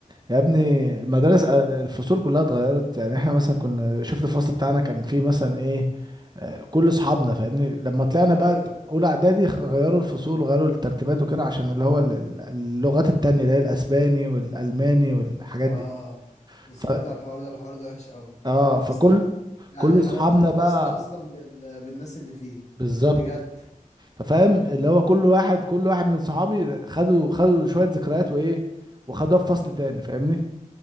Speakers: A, on the right (about 30°); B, on the left (about 50°).
A: يا ابني المدارس آه، الفصول كلها اتغيرت يعني احنا مثلا كنا شفت الفصل بتاعنا كان فيه مثلا ايه كل اصحابنا فاهمني لما طلعنا بقى
B: ايوه
A: اولى اعدادي خ- غيروا الفصول وغيروا الترتيبات وكده عشان اللي هو ال- ال- اللغات التانية اللي هي الاسباني والالماني والحاجات
B: اه
A: دي
B: انا سمعت
A: ف
B: على الحوار ده الحوار ده وحش قوي
A: اه
B: انت اصلا
A: فكل
B: يعني
A: كل
B: حلاوة
A: اصحابنا
B: الفصل
A: بقى
B: أصلا بال... بالناس اللي فيه
A: بالظبط
B: بجد
A: ففاهم اللي هو كل واحد كل واحد من صحابي خدوا خدوا شوية ذكريات وايه وخدوها في فصل تاني فاهمني